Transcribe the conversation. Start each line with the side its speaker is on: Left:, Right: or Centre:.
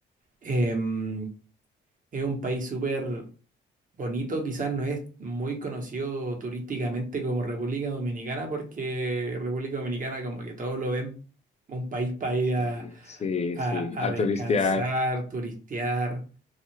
Right: Em, es un país súper Bonito quizás no es muy conocido turísticamente como República Dominicana, porque República Dominicana como que todos lo ven un país para ir
Left: Sí,
Right: a,
Left: sí,
Right: a-
Left: sí, a
Right: a descansar,
Left: turistear
Right: turistear.